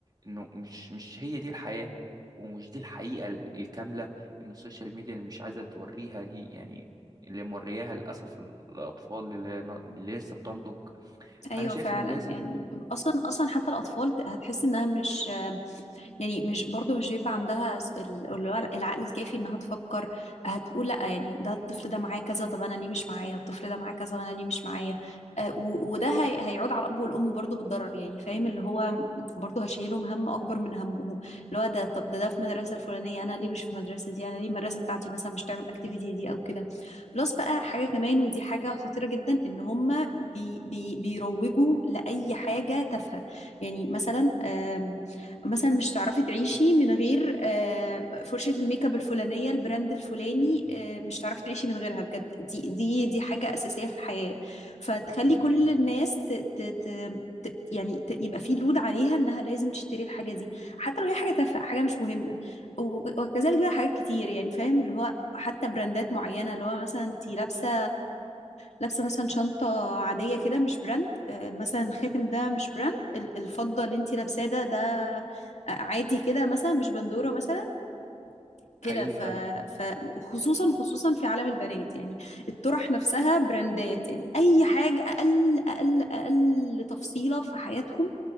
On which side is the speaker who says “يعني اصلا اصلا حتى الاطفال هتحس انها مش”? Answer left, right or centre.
Left